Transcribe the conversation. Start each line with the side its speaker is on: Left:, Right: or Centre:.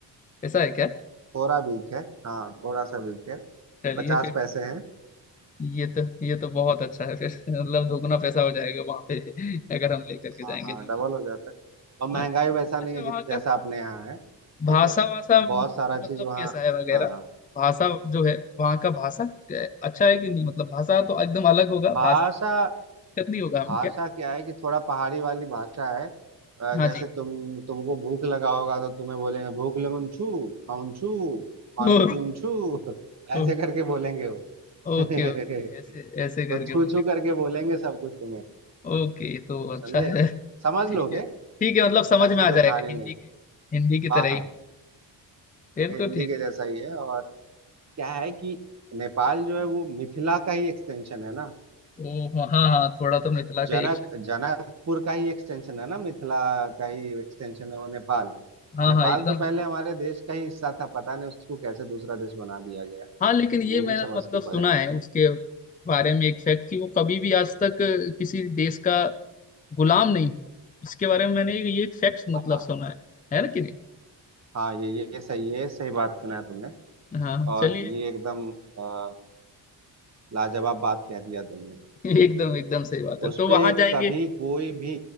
Left: ऐसा है क्या
Right: थोड़ा वीक है हाँ थोड़ा सा वीक है
Left: चलिए
Right: पचास
Left: फिर
Right: पैसे हैं
Left: ये तो ये तो बहुत अच्छा है फिर <laughs> मतलब दोगुना पैसा हो जाएगा वहाँ पे अगर हम लेकर के
Right: हाँ
Left: जाएंगे
Right: हाँ
Left: जो
Right: डबल
Left: भी।
Right: हो जाता है और महंगाई
Left: अच्छा
Right: वैसा नहीं
Left: अच्छा
Right: है
Left: वहाँ
Right: जित जैसा
Left: का
Right: अपने यहाँ है
Left: भाषा
Right: ठीक है
Left: वासा मतलब
Right: बहुत सारा चीज वहाँ
Left: कैसा है वगैरह
Right: हाँ
Left: भाषा जो है वहाँ का भाषा क्या है? अच्छा है कि नहीं मतलब भाषा तो एकदम अलग होगा
Right: भाषा
Left: भाषा में दिक्कत नहीं होगा हमें
Right: भाषा
Left: क्या
Right: क्या है कि थोड़ा पहाड़ी वाली भाषा है अ,
Left: हाँ
Right: जैसे
Left: जी
Right: तुम तुमको भूख लगा होगा तो तुम्हें बोलेंगे भूख लगन छू खाउन छू पानी
Left: <laughs> ओ,
Right: पीउन छू <laughs> ऐसे
Left: ओ,
Right: करके बोलेंगे वो
Left: ओके
Right: <laughs>
Left: ओके ऐसे ऐसे करके
Right: तो छू
Left: बोले
Right: छू करके बोलेंगे सब कुछ तुम्हें
Left: ओके तो अच्छा
Right: समझे
Left: है
Right: समझ
Left: ठीक
Right: लोगे
Left: है ठीक है मतलब समझ
Right: ऐसा
Left: में आ जाएगा
Right: कोई भारी
Left: हिंदी
Right: नहीं है
Left: के हिंदी की तरह
Right: हाँ हाँ
Left: ही फिर
Right: हिंदी
Left: तो ठीक
Right: के
Left: है
Right: जैसा ही है और क्या है कि नेपाल जो है वो मिथिला का ही एक्सटेंशन है ना
Left: ओ हाँ हाँ थोड़ा तो मिथिला का
Right: जनक
Left: एक
Right: जनकपुर का ही एक्सटेंशन है ना मिथिला का ही एक्सटेंशन है वो नेपाल
Left: हाँ
Right: नेपाल
Left: हाँ एकदम
Right: तो
Left: एकदम
Right: पहले हमारे देश का ही हिस्सा था पता नहीं उसको कैसे दूसरा देश बना दिया गया
Left: हाँ लेकिन ये
Right: ये
Left: मैंने
Right: भी समझ
Left: मतलब
Right: के
Left: सुना
Right: परे है
Left: है उसके बारे में एक फैक्ट कि वो कभी भी आज तक किसी देश का गुलाम नहीं हुआ इसके बारे में मैंने ये फैक्ट मतलब
Right: हाँ
Left: सुना है है ना कि नहीं
Right: हाँ ये ये ये सही ये सही बात सुना है तुमने
Left: हाँ
Right: और
Left: चलिए
Right: ये एकदम अ, लाजवाब बात कह दिया तुमने
Left: <laughs> एकदम एकदम सही बात है
Right: उस
Left: तो वहां
Right: पे
Left: जाएंगे
Right: कभी कोई भी